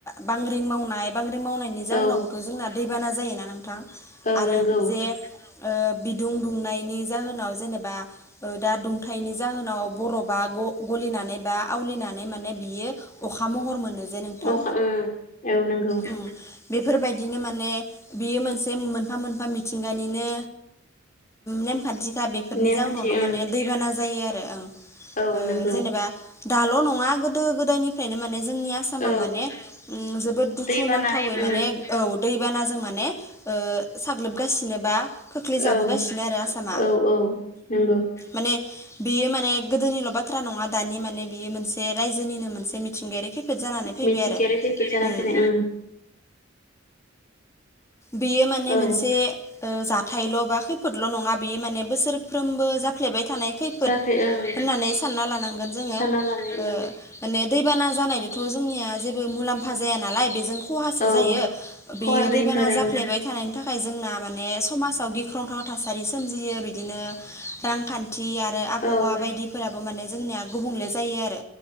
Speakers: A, on the left (about 15°); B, on the left (about 45°).
A: बांग्रिं मावनाय बांग्रिं मावनायनि जाहोनावबोथ'
B: औ
A: जोंना दैबाना जायोना नोंथां
B: औ
A: आरो
B: नंगौ
A: जे ओ बिदुं दुंनायनि जाहोनाव जेनेबा दा दुंथायनि जाहोनाव बर'बा ग गलि नानै बा आवलिनानै माने बियो अखा महर मोनो। जे नोंथां
B: अखा ओम औ नंगौ।
A: ओं बेफोरबायदिनो माने बियो मोनसे मोनफा मोनफा मिथिंगानिनो नेमखान्थि। दा बेफोरनि
B: नेमखान्थि
A: जाउनावनो
B: ओं
A: माने दैबाना जायो आरो
B: औ
A: ओह
B: नंगौ
A: जेनेबा दाल' नङा गोदो गोदायनिफ्रायनो माने जोंनि आसामा
B: औ
A: माने ओम जोबोद दुखु
B: दैबाना
A: नांथावै माने
B: ओं
A: औ दैबानाजों माने ओ साग्लोबगासिनोबा। खोख्लैजाबोगासिनो
B: औ
A: आरो आसामा
B: औ औ नंगौ
A: माने बियो माने गोदोनिल' बाथ्रा नङा दानि माने बियो मोनसे रायजोनिनो मोनसे मिथिंगायारि खे फेट जानानै फैबाय
B: मिथिंगायारि
A: आरो
B: खैफोद जाना
A: ओम।
B: फैनाय ओं
A: बेयो माने
B: औ
A: मोनसे ओ जाथायल' बा खैफोदल' नङा बेयो माने बोसोरफ्रोमबो जाफ्लेबाय थानाय खैफोद
B: जाफै ओं
A: होननानै सानना लानांगोन जोङो
B: सानना लानाय
A: ओ
B: ओं
A: माने दैबाना जानायजोंथ' जोंनिया जेबो मुलाम्फा जाया नालाय बेजों खहासो
B: औ
A: जायो बेयो
B: खहा जायोथ'
A: दै हा
B: आरो
A: जाफ्लायबाय
B: ओं
A: थानाय थाखाय जोंना माने समाजाव गिख्रंथाव थासारि सोमजियो बिदिनो रांखान थि आरो आबहावा
B: औ
A: बायदिफोराबो माने जोंनिया गुबुंले जायो आरो